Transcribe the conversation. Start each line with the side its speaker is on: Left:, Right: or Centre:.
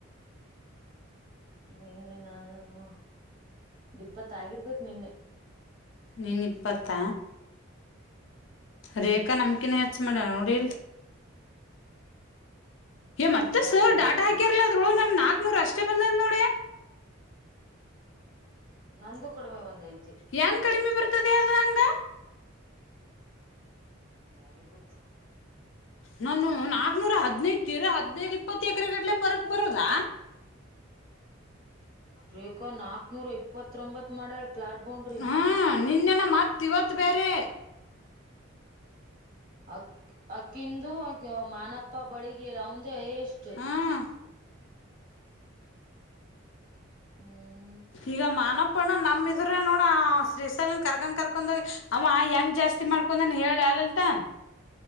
Right: ನಿನ್ನೆ ನಾನು ಇಪ್ಪತ್ತಾಗಿರ್ಬೇಕು ನಿನ್ನೆ
Left: ನಿನಿಪ್ಪತ್ತ
Right: ಹ್ಮ್
Left: ರೇಖಾ ನಮ್ಕಿನ ಹೆಚ್ಚು ಮಾಡ್ಯಾಳ ನೋಡಿ ಇಲ್ಲ ಮತ್ತೆ
Right: ಲಾಟ್
Left: ಸರ್
Right: ಬೊಂಡ್ರೆ
Left: ಡಾಟ ಹಾಕ್ಯಾರ್ ಅಲ್ಲ ಅದರ ಒಳಗೆ ನಾಕ್ ನೂರ್ ಅಷ್ಟೇ ಬಂದದ ನೋಡಿ
Right: ನಂದು ಕಡಿಮೆ ಒಂದೈತು
Left: ಯಾನ್ ಕಡಿಮೆ ಬರ್ ಬರ್ತುದೆ ಆದಂಗ
Right: ಯಾರಿ ಗೊತ್ತು
Left: ನಾನು ನಾಕ್ನೂರ ಹದ್ನೈತರ ಹದ್ನೈದು ಇಪ್ಪತ್ತು ಎಕರೆಗಡ್ಲೆ ಪರಕ್ ಬರದಾ
Right: ವಿಕೋ ನಕ್ ನೂರ ಇಪ್ಪತ್ರೊಂಬತ್ತು ಮಾಡ್ಯಾಳ ಪ್ಲಾಟ್ ಬೌಂಡ್ರಿ
Left: ಹ್ಮ್ ನಿನ್ನೆನ ಮತ್ ಇವತ್ ಬ್ಯಾರೆ
Right: ಅಕ್ ಅಕ್ಕಿಂದು ಅಗ ಮಾನಪ್ಪ ಬಡಿಗೇರ ಅವಂದೇ ಹೈಯೆಸ್ಟ್ ಅಷ್ಟ
Left: ಹ್ಮ್
Right: ಹ್ಮ್
Left: ಈಗ ಮಾನಪ್ಪ ಅಣ್ಣ ನಮ್ಮ ಇದ್ರೆ ನೋಡ ಶ್ರೀಶೈಲ ನಾ ಕರ್ಕೊಂಡ್ ಕರ್ಕೊಂಡೋಗಿ ಅವ ಹೆಂಗ ಜಾಸ್ತಿ ಮಾಡ್ಕೊಂಡನ್ ಹೇಳ್ಯ ಲಲಿತಾ